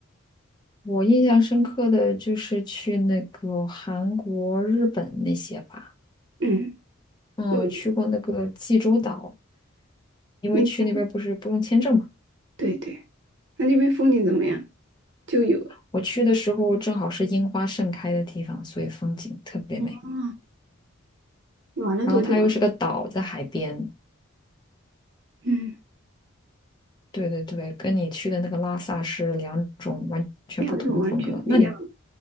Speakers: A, on the left (about 20°); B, on the right (about 60°).
A: 我印象深刻的就是去那个韩国、日本那些吧。
B: 嗯，
A: 嗯，
B: 我
A: 去过那个济州岛，因为去那边不是不用签证嘛。
B: 那边对对，那那边风景怎么样？就有
A: 我去的时候正好是樱花盛开的地方，所以风景特别美。
B: 啊，玩了多久啊？
A: 然后它又是个岛，在海边。
B: 嗯，
A: 对对对，跟你去的那个拉萨是两种完全不同的风格。
B: 两种完全不一样。
A: 那你，